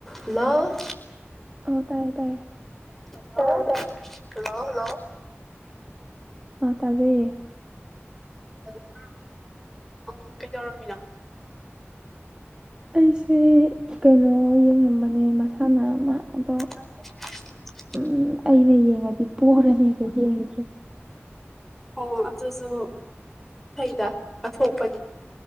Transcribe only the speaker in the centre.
hello
<unintelligible> ꯇꯥꯏ ꯍꯜꯂꯣ ꯍꯜꯂꯣ
<unintelligible> ꯀꯩꯗꯧꯔꯝꯃꯤꯅꯣ
<inaudible>
ꯑꯣ ꯑꯗꯨꯁꯨ ꯐꯩꯗ ꯀꯠꯊꯣꯛꯄꯅꯤ